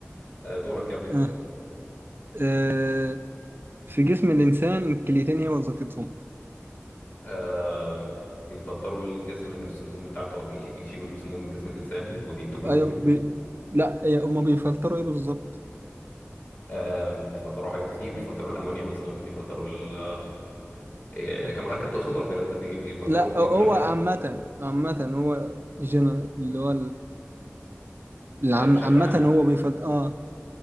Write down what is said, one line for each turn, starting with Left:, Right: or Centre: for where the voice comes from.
Left: آه، دورك يلا
Right: آه. آه. في جسم الإنسان الكليتين هي وظيفتهم
Left: آه، بيفلتروا الجسم من السموم بتاعته او بيش- بيشيلوا السموم من جسم الانسان وبينتجوا
Right: أيوة
Left: البول
Right: بي... لا إيه، هما بيفلتروا إيه بالظبط؟
Left: آه، بيفلتروا حاجات كتير بيفلتروا الامونيا مثلا بيفلتروا ال... آه، كمركب تقصد ولا بيرت- بي- بيفلتروا
Right: لا هو
Left: مركب
Right: عامة
Left: ايه
Right: عامة هو جنرال اللي هو العم
Left: آه، بشكل
Right: عامة
Left: عام
Right: هو بيفض اه